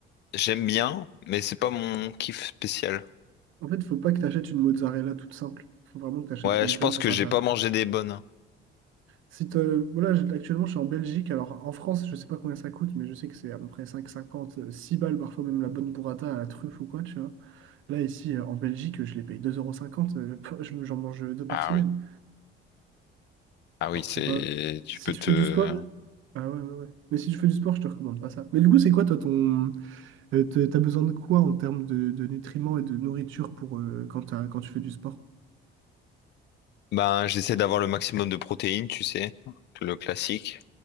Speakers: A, on the left (about 55°); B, on the right (about 75°).
A: j'aime bien, mais c'est pas mon kiff spécial.
B: En fait, faut pas que tu achètes une mozzarella toute simple. Faut vraiment que tu achètes
A: Ouais,
B: une
A: je
B: vraie
A: pense
B: burrata.
A: que j'ai pas mangé des bonnes.
B: Si te... voilà, j'ai- actuellement, je suis en Belgique. Alors, en France, je sais pas combien ça coûte, mais je sais que c'est à peu près 5,50, euh, 6 balles, parfois même la bonne burrata à la truffe ou quoi, tu vois. Là, ici, euh, en Belgique, euh, je les paye deux euros. cinquante. euh, <laughs> je me- J'en mange deux par
A: Ah
B: semaine.
A: oui. Ah oui,
B: Alors,
A: c'est.
B: c'est pas...
A: Tu
B: Si
A: peux
B: tu
A: te.
B: fais du sport... euh, Ah ouais, ouais, ouais. Mais si tu fais du sport, je te recommande pas ça. Mais du coup, c'est quoi, toi, ton... euh, te- T'as besoin de quoi en termes de, de nutriments et de nourriture pour, euh, quand t'as- quand tu fais du sport?
A: Ben, j'essaie d'avoir le maximum de protéines, tu sais, le classique.